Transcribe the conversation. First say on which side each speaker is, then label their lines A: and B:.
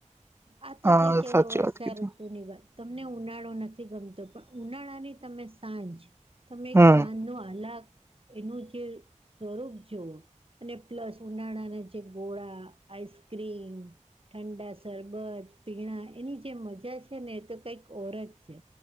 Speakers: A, on the right; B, on the right.
A: આ તો
B: હા
A: થઈ ચાલ
B: સાચી
A: વર્ષાઋતુની
B: વાત કીધી
A: વાત- - તમને ઉનાળો નથી ગમતો પણ ઉનાળાની તમે સાંજ- - તમે એક
B: હમ
A: સાંજ નો અલગ -- એનું જે સ્વરૂપ જોવો અને પ્લસ ઉનાળાના- - ગોડા આઈસ્ક્રીમ- - ઠંડા સરરબત પીણા એની જે મજા છે ને એ તો કઈક ઓર જ છે.